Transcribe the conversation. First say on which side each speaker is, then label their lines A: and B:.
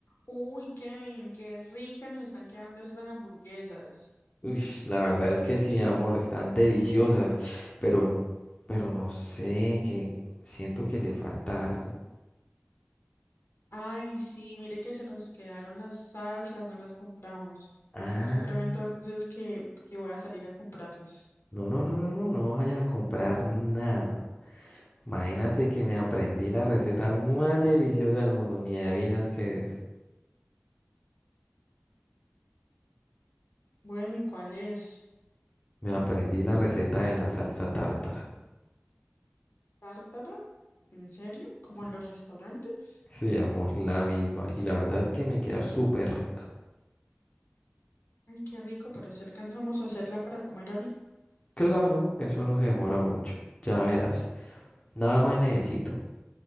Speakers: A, on the left (about 85°); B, on the left (about 35°).
A: Uy, Kevin, qué ricas nos están quedando estas hamburguesas.
B: Uy, la verdad es que sí, amor, están deliciosas, pero, pero no sé, que siento que le falta algo.
A: Ay, sí, mire que se nos quedaron las salsas, no las compramos.
B: Ah,
A: Yo creo entonces que, que voy a salir a comprarlas.
B: no, no, no, no, no, no vayas a comprar nada. Imagínate que me aprendí la receta más deliciosa del mundo, ni adivinas qué es.
A: Bueno, ¿y cuál es?
B: Me aprendí la receta de la salsa tártara.
A: ¿Tártara? ¿En serio? ¿Como
B: Sí,
A: en los restaurantes?
B: sí, amor, la misma. Y la verdad es que me queda súper rica.
A: Ay, qué rico, pero si alcanzamos a hacerla para comer ahorita.
B: Claro, eso no se demora mucho. Ya verás. Nada más necesito.